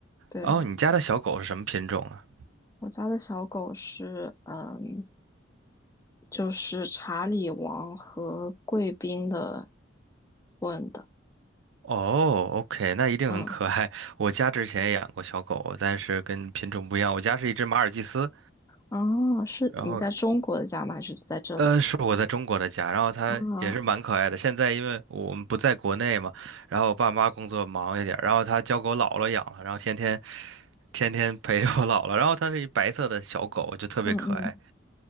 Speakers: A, on the left; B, on the right.
A: 对，
B: 哦，你家的小狗是什么品种啊？
A: 我家的小狗是嗯，就是查理王和贵宾的混的，
B: 哦，OK，那一定很可爱。
A: 嗯，
B: 我家之前也养过小狗，但是跟品种不一样，我家是一只马尔济斯。
A: 啊，是你在中国的家吗？
B: 然后。
A: 还是在这里？
B: 呃，是我在中国的家，然后它也是蛮可爱的。
A: 啊，
B: 现在因为我们不在国内嘛，然后我爸妈工作忙一点儿，然后它交给我姥姥养了，然后天天天天陪着我姥姥。然后它是一白色的小狗，就特别可爱。
A: 嗯嗯，